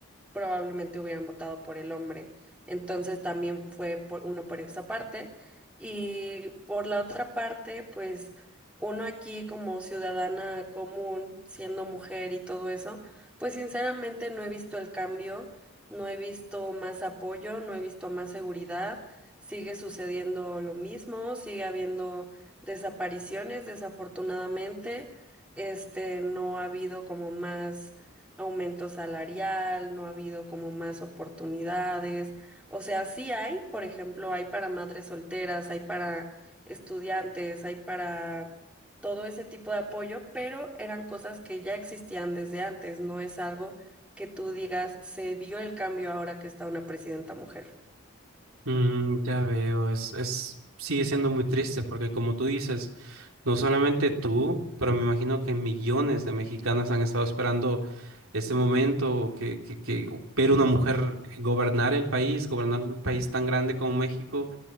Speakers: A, in the centre; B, on the right (about 85°).
A: probablemente hubieran votado por el hombre. Entonces también fue por uno por esa parte. Y por la otra parte, pues uno aquí como ciudadana común, siendo mujer y todo eso, pues sinceramente no he visto el cambio, no he visto más apoyo, no he visto más seguridad. Sigue sucediendo lo mismo, sigue habiendo desapariciones, desafortunadamente. Este, no ha habido como más aumento salarial, no ha habido como más oportunidades. O sea, sí hay, por ejemplo, hay para madres solteras, hay para estudiantes, hay para todo ese tipo de apoyo, pero eran cosas que ya existían desde antes, no es algo que tú digas, se vio el cambio ahora que está una presidenta mujer.
B: Mm, ya veo, es, es, sigue siendo muy triste porque como tú dices, no solamente tú, pero me imagino que millones de mexicanas han estado esperando este momento que, que, que ver una mujer gobernar el país, gobernar un país tan grande como México